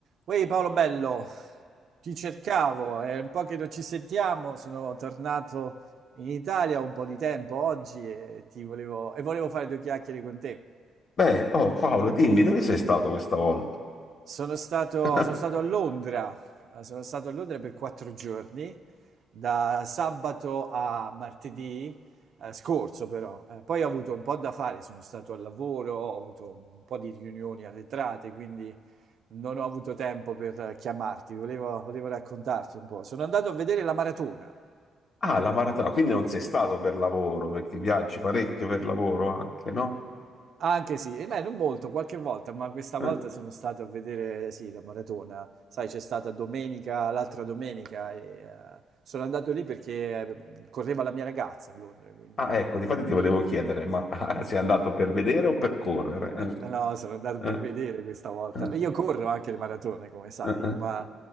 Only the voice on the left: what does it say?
Beh, oh Paolo, dimmi dove sei stato questa volta?
<laughs>
Ah, la maratona, quindi non sei stato per lavoro, perché viaggi parecchio per lavoro anche, no?
Eh?
Ah, ecco, difatti ti volevo chiedere, ma ah, sei andato per vedere o per correre?
Eh?
Eh? Eh?
Eh? Eh?